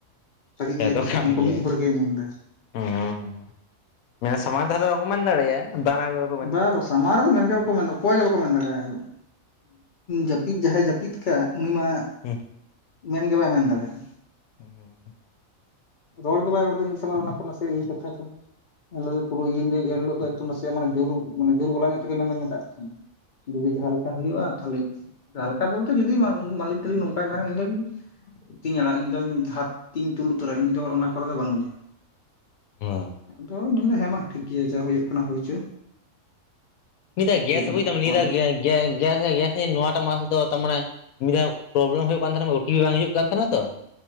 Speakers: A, on the left (about 55°); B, on the left (about 80°).
A: ᱨᱟᱹᱜᱤᱜ
B: ᱥᱮ
A: ᱜᱮᱭᱟ
B: ᱫᱚ
A: ᱠᱚ
B: ᱠᱟᱱ
A: ᱢᱮᱱᱟᱠᱚ
B: ᱜᱮᱭᱟ᱾
A: ᱢᱤᱫ ᱦᱚᱲ ᱜᱮᱭ ᱢᱮᱱᱫᱟ
B: ᱦᱮᱸ᱾ ᱢᱟᱱᱮ ᱥᱚᱢᱟᱝ ᱫᱦᱟᱨᱮ ᱫᱚ ᱵᱟᱠᱚ ᱢᱮᱱ ᱫᱟᱲᱮᱭᱟᱜᱼᱟ ᱫᱟᱱᱟᱝ ᱨᱮ-
A: ᱵᱟ ᱵᱟ ᱥᱟᱢᱟᱝ ᱨᱮᱫᱚ ᱢᱮᱱᱜᱮ ᱵᱟᱠᱚ ᱢᱮᱱᱚ, ᱚᱠᱚᱭ ᱜᱮ ᱵᱟᱠᱚ ᱢᱮᱱ ᱫᱟᱲᱮᱭᱟᱜᱼᱟ ᱡᱟᱹᱯᱤᱫ ᱡᱟᱦᱟᱸᱭ ᱡᱟᱹᱯᱤᱫ᱾ ᱠᱟᱜ ᱩᱱᱤ ᱢᱟ
B: ᱦᱩᱸ
A: ᱢᱮᱱᱜᱮ ᱵᱟᱭ ᱢᱮᱱ ᱫᱟᱲᱮᱭᱟᱜᱼᱟ᱾
B: ᱦᱩᱸ ᱦᱩᱸ᱾
A: ᱨᱚᱲ ᱜᱮ ᱵᱟᱭ ᱨᱚᱲᱫᱟ ᱤᱧ ᱥᱚᱢᱟᱝ ᱚᱱᱟ ᱠᱚ ᱱᱟᱥᱮ ᱮ ᱠᱟᱛᱷᱟ ᱠᱚ᱾ ᱮᱱᱦᱤᱞᱜ ᱫᱚ ᱯᱩᱨᱟᱹ ᱤᱧ ᱫᱚ ᱡᱮᱦᱤᱞᱳᱜ <unintelligible> ᱫᱚ ᱮᱠᱫᱚᱢ ᱱᱟᱥᱮᱭᱟᱜ ᱢᱟᱱᱮ ᱡᱩᱨ ᱢᱟᱱᱮ ᱡᱩᱨ ᱜᱚᱞᱟ ᱧᱚᱜ ᱛᱮᱜᱮ ᱢᱮᱱᱫᱚᱧ ᱢᱮᱛᱟᱜ ᱠᱚ ᱛᱟᱦᱮᱸᱱᱟ᱾ ᱡᱩᱫᱤ ᱡᱟᱦᱟᱸ ᱞᱮᱠᱟ ᱦᱩᱭᱩᱜᱼᱟ᱾ ᱛᱟᱦᱚᱞᱮ ᱡᱟᱦᱟᱞᱮᱠᱟ ᱵᱳᱞᱛᱮ ᱡᱩᱫᱤ ᱢᱟᱞᱤᱠ ᱛᱟᱹᱞᱤᱠ ᱱᱚᱝᱠᱟᱭ ᱢᱮᱱᱟ ᱤᱧ ᱫᱚᱧ ᱛᱤᱧ ᱟᱲᱟᱜ ᱤᱧ ᱫᱚᱧ- ᱦᱟᱛ-ᱛᱤᱧ ᱛᱩᱞ ᱩᱛᱟᱹᱨᱟ ᱤᱧ ᱫᱚ ᱚᱱᱟ ᱠᱚᱨᱮ ᱫᱚ ᱵᱟᱹᱱᱩᱧᱟ᱾
B: ᱦᱮᱸ
A: ᱟᱫᱚ <unintelligible> ᱦᱮᱸ ᱢᱟ ᱴᱷᱤᱠ ᱜᱮᱭᱟ ᱡᱟ ᱦᱩᱭᱩᱜ ᱠᱟᱱᱟ ᱦᱩᱭᱪᱚ᱾
B: ᱢᱤᱫᱼᱫᱷᱟ ᱜᱮᱥ ᱵᱩᱡᱷᱫᱟᱢ
A: ᱦᱟᱸᱜ ᱯᱚᱨᱮ
B: ᱱᱤᱭᱟᱹᱫᱷᱟᱣ <unintelligible> ᱱᱚᱣᱟ ᱴᱟᱜ ᱢᱟᱥ ᱫᱚ ᱛᱟᱢᱚᱱᱮ᱾ ᱢᱤᱫ ᱫᱷᱟᱣ ᱯᱨᱚᱵᱞᱮᱢ ᱦᱩᱭᱩᱜ ᱠᱟᱱ ᱛᱟᱦᱮᱱᱟ ᱵᱟᱝ ᱳ ᱴᱤ ᱯᱤ ᱵᱟᱝ ᱦᱤᱡᱩᱜ ᱠᱟᱱ ᱛᱟᱦᱮᱱᱟ ᱛᱚ,